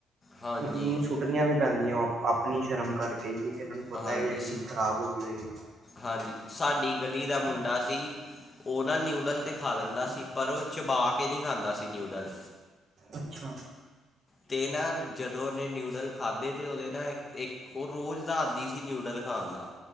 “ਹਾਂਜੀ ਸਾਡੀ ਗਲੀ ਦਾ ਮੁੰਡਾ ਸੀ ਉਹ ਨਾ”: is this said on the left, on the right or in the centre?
Left